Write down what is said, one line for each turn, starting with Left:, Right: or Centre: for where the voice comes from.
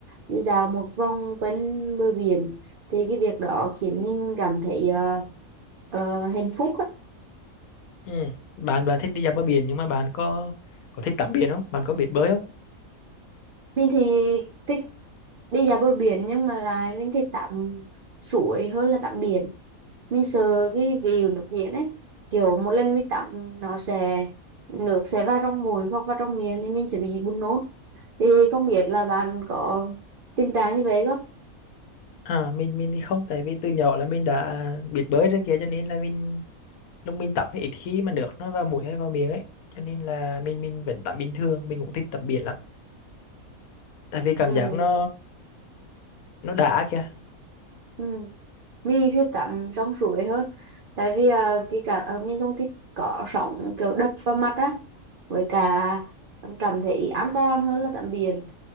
Right: đi dạo một vòng quanh bờ biển. Thì cái việc đó khiến mình cảm thấy ờ, ờ, hạnh phúc á.
Left: ừ. bạn bạn thích đi dạo bờ biển nhưng mà bạn có có thích tắm biển không bạn có biết bơi không
Right: mình thì thích đi dạo bờ biển nhưng mà là mình thích tắm suối hơn là tắm biển mình sợ cái view nước biển ấy kiểu một lần mình tắm nó sẽ nước sẽ vào trong mũi hoặc vào trong miệng thì mình sẽ bị buồn nôn thì không biết là bạn có tình trạng như vậy không
Left: à mình mình thì không tại vì từ nhỏ là mình đã biết bơi rồi kia cho nên là mình lúc mình tắm thì ít khi mà nước nó vào mũi hay vào miệng ấy cho nên là mình mình vẫn tắm bình thường mình cũng thích tắm biển lắm tại vì cảm
Right: ừ.
Left: giác nó nó đã kìa
Right: ừ. mình thích tắm trong suối hơn tại vì ờ, cái cả ờ, mình không thích có sóng kiểu đập vào mặt á với cả cảm thấy an toàn hơn là tắm biển